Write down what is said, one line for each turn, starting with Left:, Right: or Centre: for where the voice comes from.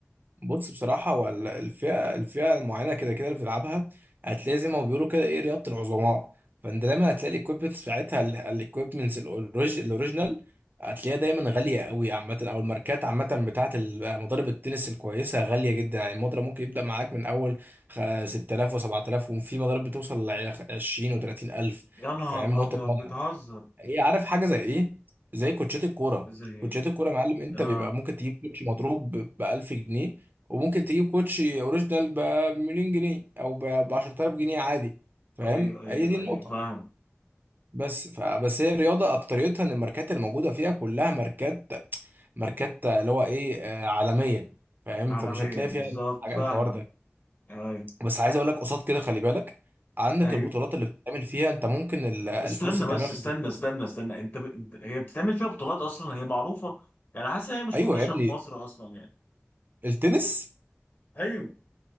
Right: بص بصراحة هو ال- الفئة الفئة المعينة كده كده اللي بتلعبها هتلاقي زي ما بيقولوا كده ايه رياضة العظماء فانت دايما هتلاقي الاكويبمنتس بتاعتها الاكويبمنتس الاوريجينال هتلاقيها دايما غالية قوي عامة او الماركات عامة بتاعة ال- مضارب التنس الكويسة غالية جدا يعني المضرب ممكن يبدأ معاك من اول خ- 6000 و7000 وفي مضارب بتوصل ل 20 و 30000
Left: يا نهار
Right: فاهم وانت
Left: ابيض
Right: طالع
Left: بتهزر
Right: هي عارف حاجه زي ايه زي كوتشات الكوره
Left: زي
Right: كوتشات الكوره يا معلم انت
Left: اه
Right: بيبقى ممكن تجيب كوتش مضروب ب 1000 جنيه وممكن تجيب كوتش اوريجينال ب مليون جنيه او ب 10000 جنيه عادي فاهم
Left: ايوه ايوه
Right: هي دي النقطه
Left: ايوه فاهم
Right: بس ف... بس هي الرياضه اكتريتها ان الماركات اللي موجوده فيها كلها ماركات ماركات اللي هو ايه آه، عالميه فاهم
Left: عالميه
Right: فمش هتلاقي
Left: بالظبط
Right: فيها حاجه
Left: فاهمك
Right: الحوار ده
Left: ايوه
Right: بس عايز اقول لك قصاد كده خلي بالك عندك
Left: ايوه
Right: البطولات اللي بتتعمل فيها انت ممكن ال- الفلوس
Left: استنى
Right: اللي
Left: بس
Right: بتعملها في
Left: استنى
Right: البطولات
Left: استنى استنى انت, ب... انت هي بتتعمل فيها بطولات اصلا هي معروفه يعني حاسس ان هي مش
Right: ايوه
Left: منتشره
Right: يا ابني
Left: في مصر اصلا يعني
Right: التنس
Left: ايوه